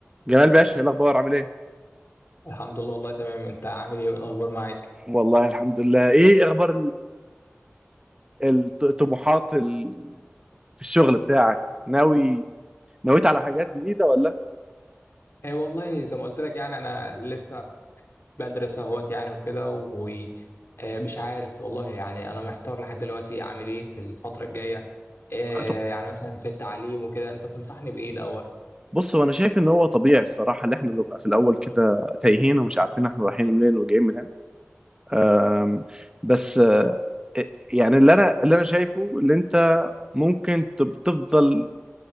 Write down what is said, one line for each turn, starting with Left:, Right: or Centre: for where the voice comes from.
Right: جمال باشا ايه الاخبار عامل ايه
Left: الحمد لله والله تمام انت عامل ايه والاخبار معاك
Right: والله الحمد لله ايه اخبار ال- الطموحات ال- في الشغل بتاعك ناوي نويت على حاجات جديدة ولا
Left: ايه والله زي ما قلت لك يعني انا لسه بدرس اهوت يعني وكده ومش عارف والله يعني انا محتار لحد دلوقتي اعمل ايه في الفترة الجاية إيه
Right: أط-
Left: يعني مثلا في التعليم وكده انت تنصحني بايه الاول
Right: بص هو انا شايف ان هو طبيعي الصراحة اللي احنا نبقى في الاول كده تايهين ومش عارفين احنا رايحين منين وجايين منين أم، بس آه، يعني اللي انا اللي انا شايفه اللي انت ممكن تب- تفضل